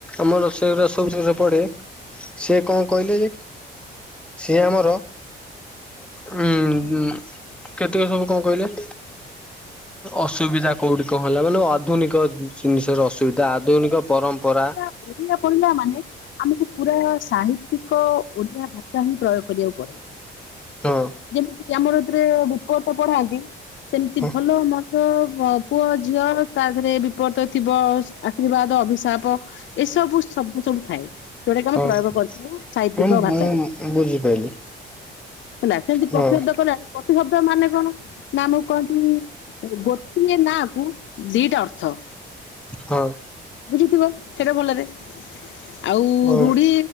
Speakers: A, in the centre; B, on the left (about 70°).
A: ଆମ ର ସେଉରା ସବୁ ଯୋଉ ପଢେ। ସିଏ କଣ କହିଲେ ଯେ ସିଏ ଆମର ଉଁହୁଁ କେତକ ସବୁ କଣ କହିଲେ? ଅସୁବିଧା କୋଉଠି କଁ ହେଲା ମାନେ ଆଧୁନିକ ଜିନିଷର ଅସୁବିଧା ଆଧୁନିକ ପରମ୍ପରା
B: ଓଡିଆ ପଢିଲା ମାନେ ଆମକୁ ପୁରା ସାହିତ୍ୟିକ ଓଡିଆ ଭାଷା ହିଁ ପ୍ରୟୋଗ କରିବାକୁ ପଡେ
A: ହଁ
B: ଯେମିତି ଆମର ଏଥିରେ ବିପରିତ ପଢାନ୍ତି। ସେମିତି
A: ହଁ
B: ଭଲ ମନ୍ଦ ଅ ପୁଅ ଝିଅ ତା ଦେହରେ ବିପରିତ ଥିବ ଆଶୀର୍ବାଦ ଅଭିଶାପ ଏସବୁ ଶବ୍ଦ ସବୁ ଥାଏ। ଯଉଟାକି ଆମେ
A: ହଁ
B: ପ୍ରୟୋଗ କରିଥାଉ ସାହିତ୍ୟିକ
A: ହଁ ମୁଁ
B: ଭାଷାରେ।
A: ବୁଝିପାରିଲି
B: ହେଲା ସେମିତି
A: ହଁ
B: ପ୍ରତିଶବ୍ଦ କଲେ ପ୍ରତିଶବ୍ଦ ମାନେ କଣ ନା ଆମକୁ କହନ୍ତି ଗୋଟିଏ ନାଁ କୁ ଦିଟା ଅର୍ଥ।
A: ହଁ।
B: ବୁଝିଥିବ ସେଇଟା ଭଲରେ ଆଉ
A: ହଁ
B: ରୁଢି